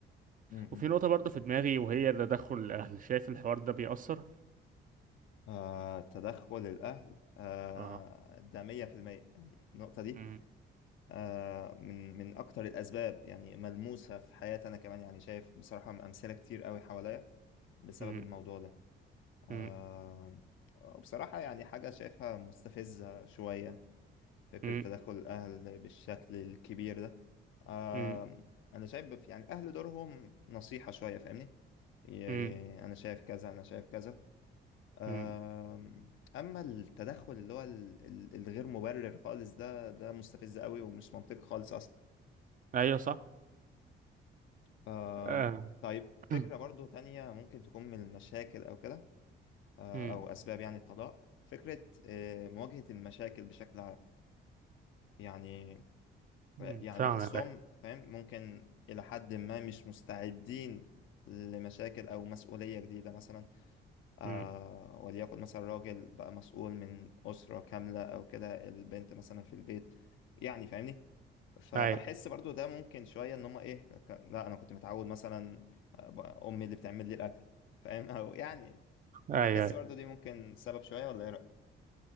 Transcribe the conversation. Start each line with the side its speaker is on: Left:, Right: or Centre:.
Left: مم.
Right: وفي نقطه برضه في دماغي وهي تدخل الاهل شايف الحوار ده بيأثر
Left: آه، تدخل الأهل آه،
Right: اه
Left: ده مية في المية يعني النقطة دي
Right: مم،
Left: آه، من من أكتر الأسباب يعني ملموسة في حياتي أنا كمان يعني شايف بصراحة أمثلة كتير قوي حواليا بسبب
Right: مم،
Left: الموضوع ده آه
Right: مم،
Left: بصراحة يعني حاجة شايفها مستفزة شوية فكرة
Right: مم،
Left: تدخل الأهل بالشكل الكبير ده آه
Right: مم،
Left: أنا شايف بف- يعني الأهل دورهم نصيحة شوية فاهمني ي-
Right: مم،
Left: أنا شايف كذا أنا شايف كذا آه
Right: مم.
Left: أما التدخل اللي هو ال- ال- الغير مبرر خالص ده ده مستفز قوي ومش منطقي خالص أصلا
Right: ايوه صح
Left: آه
Right: آه.
Left: طيب فكرة
Right: <clears throat>
Left: برضو تانية ممكن تكون من المشاكل أو كده آه،
Right: مم،
Left: أو أسباب يعني الطلاق فكرة آه، مواجهة المشاكل بشكل عام يعني
Right: مم.
Left: يعني
Right: فاهمك
Left: بحسهم
Right: أيوة.
Left: فاهم ممكن إلى حد ما مش مستعدين لمشاكل أو مسؤولية جديدة مثلا آه
Right: مم.
Left: وليكن مثلا راجل بقى مسؤول من أسرة كاملة أو كده البنت مثلا في البيت يعني فاهمني فبحس
Right: ايوه
Left: برضو ده ممكن شوية إن هما إيه كان- لا أنا كنت متعود مثلا آه، أمي اللي بتعمل لي الأكل فاهم <laughs> أو يعني فبحس
Right: ايوه ايوه
Left: برضو دي ممكن سبب شوية ولا إيه رأيك؟